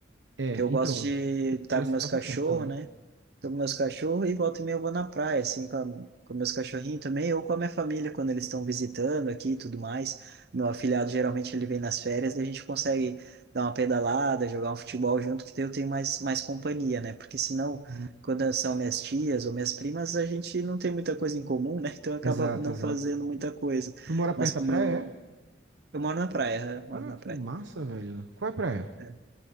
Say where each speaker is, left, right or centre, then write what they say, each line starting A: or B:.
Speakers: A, on the right; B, on the right.
A: É,
B: Que eu
A: então,
B: gosto de
A: eu
B: estar
A: tenho esse
B: com meus
A: passatempo
B: cachorros,
A: também.
B: né? tô com meus cachorros e volta e meia eu vou na praia, assim, com, a, com meus cachorrinhos também, ou com a minha família, quando eles estão visitando aqui e tudo mais. Meu afilhado, geralmente, ele vem nas férias, daí a gente consegue dar uma pedalada, jogar um futebol junto, que daí eu tenho mais, mais companhia, né? Porque senão,
A: Hum.
B: quando são minhas tias ou minhas primas, a gente não tem muita coisa em comum, né? <laughs> Então acaba
A: Exato,
B: não
A: exato.
B: fazendo muita coisa.
A: Tu mora perto
B: Mas como
A: da praia,
B: eu...
A: é?
B: Eu moro na praia, né? Moro
A: Ah,
B: na
A: que
B: praia.
A: massa, velho. Qual é a praia?
B: É